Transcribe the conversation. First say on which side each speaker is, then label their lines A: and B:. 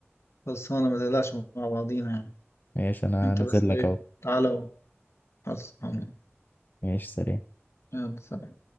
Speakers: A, on the left; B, on the left.
A: خلصانة ما تقلقش مع بعضينا يعني
B: ماشي انا
A: انت
B: نازل
A: بس
B: لك
A: ايه
B: اهو
A: تعالى وخلصانة
B: ماشي سلام
A: يلا سلام